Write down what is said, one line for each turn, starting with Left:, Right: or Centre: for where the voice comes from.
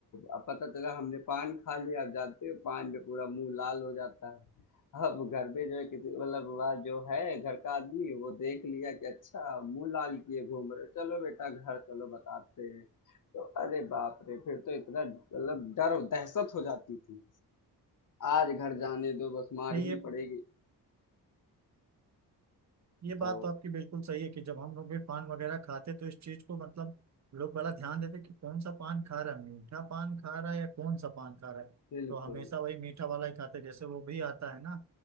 Left: अब पता चला हमने पान खा लिया आप जानते हो पान में पूरा मुंह लाल हो जाता है अब घर में जो है किसी मतलब वह जो है घर का आदमी वो देख लिया कि अच्छा मुंह लाल किए घूम रहे हो, चलो बेटा घर चलो बताते हैं तो अरे बाप रे फिर तो इतना मतलब डर दहशत हो जाती थी आज घर जाने दो बस मार
Right: नहीं ये
Left: ही पड़ेगी
Right: ये बात
Left: तो
Right: तो आपकी बिल्कुल सही है कि जब हम लोग भी पान वगैरह खाते तो इस चीज को मतलब लोग बड़ा ध्यान देते कि कौन सा पान खा रहा है मीठा पान खा रहा है या कौन सा पान खा रहा है
Left: बिल्कुल
Right: तो हमेशा वही मीठा वाला ही खाते जैसे वो भी आता है ना